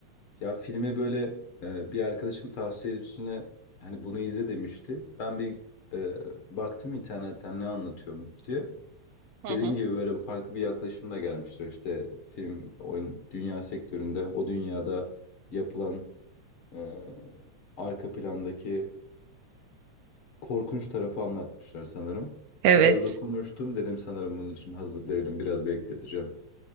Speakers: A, on the left; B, on the right.
A: Ya filmi böyle e, bir arkadaşım tavsiye üstüne hani bunu izle demişti. Ben bir e, baktım internetten ne anlatıyormuş diye.
B: Hı hı.
A: Dediğin gibi böyle bir farklı bir yaklaşımla gelmiştir. İşte film, oyun, dünya sektöründe o dünyada yapılan e, arka plandaki korkunç tarafı anlatmışlar sanırım.
B: Evet.
A: Biraz okumuştum dedim sanırım bunun için hazır değilim biraz bekleteceğim.